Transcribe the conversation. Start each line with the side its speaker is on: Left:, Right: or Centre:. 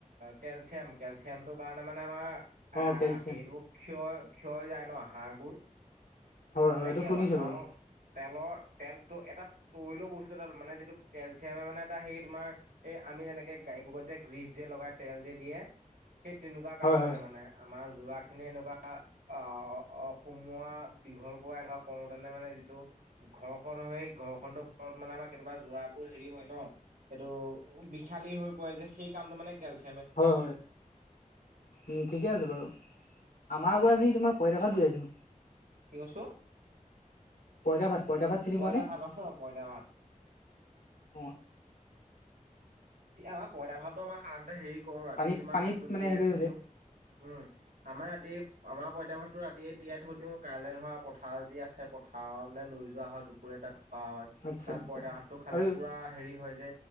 Right: কেলচিয়াম কেলচিয়ামটোৰ কাৰণে মানে আমাৰ
Left: অ
Right: আহ
Left: কেলচিয়াম
Right: সেইবোৰ ক্ষয় ক্ষয় যায় ন হ়বোৰ
Left: হয় হয়
Right: ননেে
Left: এইটো
Right: কি আৰু
Left: শুনিছো
Right: হা
Left: বাৰু
Right: তেলৰ তেলটো এটাৰিলেও বস্তু এটা মানে যিটো কেলচিয়ামে মানে এটা সেই তোমাৰ এই আমি যেনেকে গাইবোৰকত যে গ্ৰীচ যে লগাই তেল যে দিয়ে সেই তেনেকুৱা কাম
Left: হয় হয়
Right: কৰে মানে আমাৰ যোৰাখিনি এনেকুৱা আহ সুমোৱা দীঘল কৰা এনেকুৱা কওঁতেনে মানে যিটো ঘৰখন সেই ঘৰখননোৰত মানে আমাৰ কেতিয়াবা যোৱ বোৰ হেৰি হয় ন এইটো বিশালী হৈ পৰে যে সেই কামটো মানে কেেলচ
Left: হয় হয় উম ঠিকে আছে বাৰু আমাৰ
Right: তাকে
Left: গ আজি তোমাৰইতাশত গৈ আছো
Right: কি কছোন
Left: কইতা ভাত কইতা ভাত চিনি
Right: পইতা
Left: পোৱা নে
Right: ভাত অ পইতা ভাত
Left: অ
Right: তি আমাৰ পইতা ভাতটো আমাৰ সাধাৰণতে হেৰি কৰো ৰাতি
Left: পানীত
Right: তোমাৰ
Left: পানীত
Right: ভাতটো
Left: মানে
Right: তিয়াই
Left: হেৰি
Right: থৈ
Left: কৰি থৈছে
Right: দিওঁ উম আমাৰ ৰাতিয় আমাৰ পইতা ভাতো ৰাতিয়ে তিয়াই থৈ দিও কাইলৈ ধৰা পথাৰ যদি আছে পথাৰলৈ লৈ যোৱা হয় ককোৰে তাত খোৱা হয়
Left: আচ্ছা
Right: কাৰণ
Left: আচ্ছা
Right: পইতা ভাতটো খালে
Left: আৰু
Right: পুৰা হেৰি হয় যে